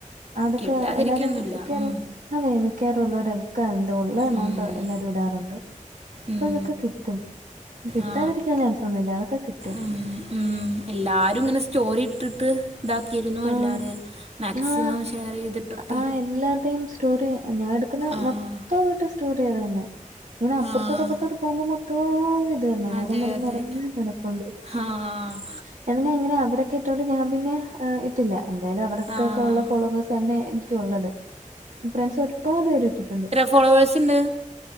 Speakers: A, on the right; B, on the right.
A: അതൊക്കെ
B: കിട്ടാതിരിക്കൊന്നുമില്ല
A: എല്ലാരും മിക്കാറും
B: ഉം.
A: അതേ നിക്കറും ഉള്ളവർ <unintelligible> എന്താ ഉള്ള എമൗണ്ട്
B: ഉം.
A: എല്ലാരും ഇടാറുണ്ട് അപ്പൊ
B: ഉം.
A: അതൊക്കെ കിട്ടും കിട്ടാതിരിക്കാൻ
B: ആ
A: ചാൻസൊന്നുമില്ല അതൊക്കെ കിട്ടും
B: ഉം. ഉം എല്ലാരും ഇങ്ങനെ സ്റ്റോറി ഇട്ടിട്ട് ഇതാക്കിയിരുന്നു
A: ആഹ്
B: എല്ലാവര് മാക്സിമം
A: ആഹ്
B: ഷെയർ ചെയ്തിട്ടൊക്കെ
A: ആഹ് എല്ലാരുടെയും സ്റ്റോറി ഞാൻ എടുക്കുന്ന
B: ആ
A: മൊത്തം പേരുടെ സ്റ്റോറി അത് തന്നെ ഇങ്ങനെ അപ്പുറത്തോട്ട്
B: ആഹ്
A: അപ്പുറത്തോട്ട് പോകുമ്പോ മൊത്തം ഇത് തന്നെ
B: അതെ
A: നെര നെര
B: അതെ
A: നെരന്ന് കടപ്പോണ്ട്
B: ആഹ്
A: <unintelligible> എങ്ങനെ അവരൊക്കെ അതോണ്ട് ഞാൻ പിന്നെ ഇട്ടില്ല എന്തായാലും അവർക്കൊക്കെ
B: ആഹ്
A: ഉള്ള ഫോളോവേഴ്സ് തന്നെ എനിക്കും ഒള്ളത് ഫ്രണ്ട്സ് ഒരുപാട് പേര് ഇട്ടിട്ടുണ്ട്
B: ഫോളോവേഴ്സ് ഉണ്ട്